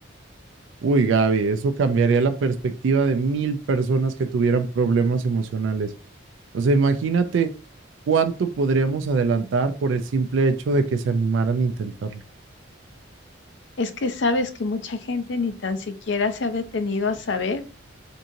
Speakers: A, on the right (about 70°); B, on the left (about 60°).
A: Uy, Gaby, eso cambiaría la perspectiva de mil personas que tuvieran problemas emocionales. O sea, imagínate cuánto podríamos adelantar por el simple hecho de que se animaran a intentar
B: Es que sabes que mucha gente ni tan siquiera se ha detenido a saber